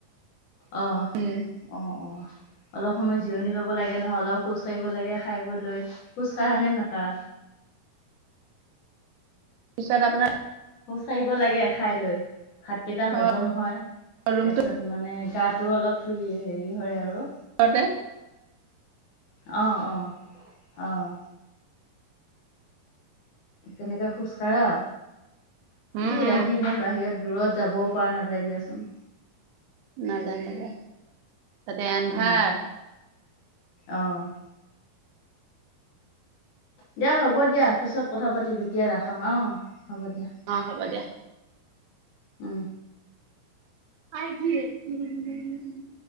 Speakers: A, on the left; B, on the right.
A: অ',
B: উম
A: অ', অ', অলপ সময় জিৰণি ল'ব লাগে নহয় অলপ খোজ কাঢ়িব লাগে খাই বৈ লৈ খোজ কাঢ়া নে নাকাঢ়া।
B: পিছত আপোনাৰ
A: খোজ কাঢ়িব লাগে খাই লৈ। ভাতকেইটা হজম
B: অ
A: হয়
B: ৰুমটোৰ
A: তাৰপিছত মানে গাটো অলপ ফ্ৰী হেৰি হয় আৰু
B: ঘৰতে
A: অ', অ', অ' তেনেকে খোজকঢ়া,
B: উম
A: এই
B: উম
A: ৰাতি ইমান বাহিৰত দূৰত যাবও পৰা নাযায় দিয়াচোন
B: নাযায়, নাযায় তাতে এন্ধাৰ
A: উম অ', দিয়া হ'ব দিয়া পিছত কথা পাতিবি এতিয়া ৰাখা হা, হ'ব দিয়া
B: অ', হ'ব দিয়া
A: উম
B: আে <unintelligible>